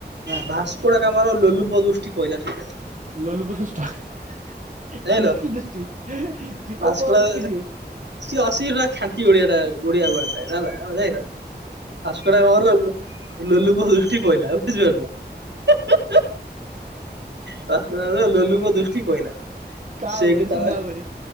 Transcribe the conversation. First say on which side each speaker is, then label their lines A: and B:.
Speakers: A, on the right (about 45°); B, on the right (about 80°).
A: ନା।
B: ଭାସ୍କୋଡାଗାମାର ଲୋଲୁପଦୁଷ୍ଟି ପଇଲା ସେଠାରେ।
A: ଲୋଲୁପ ଦୃଷ୍ଟି <unintelligible>
B: ଜାଣିଲ
A: ସେ କି ଦୃଷ୍ଟି ସେ
B: ଭାସ୍କୋଡା
A: କୋଉ ପକାର ଦୃଷ୍ଟି ଟି?
B: ସିଏ ଅଶି ହେଟା ଖାଣ୍ଟି ଓଡ଼ିଆ ଟା ଓଡ଼ିଆ ୱାର୍ଡ଼ ଟା ଏଟା ହେଲା ଯାଇଁଲ ଭାସ୍କୋଡ଼ାଗାମାର ଲୋ ଲୋଲୁପ ଦୃଷ୍ଟି ପଇଲା ବୁଝିପାରୁଛ? <unintelligible> ଭାସ୍କୋଡ଼ାଗାମା ର ଲୋଲୁପ ଦୃଷ୍ଟି ପଇଲା।
A: କା
B: ସେଇଠି
A: ଉପରେ
B: ତାରେ
A: ସୁନା ଉପରେ